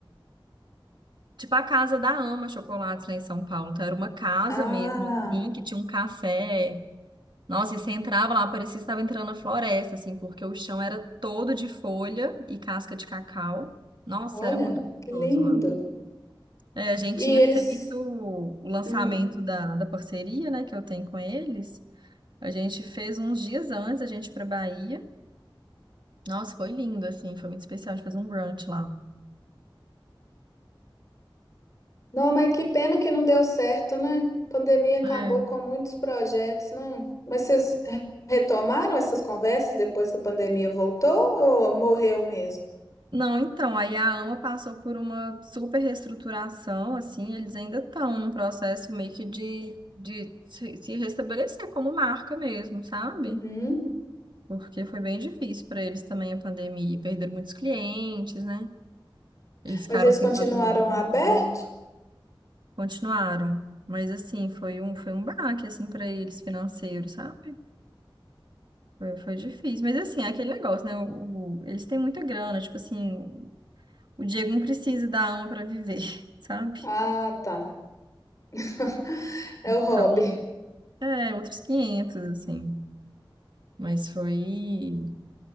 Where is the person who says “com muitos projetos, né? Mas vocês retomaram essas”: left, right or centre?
Left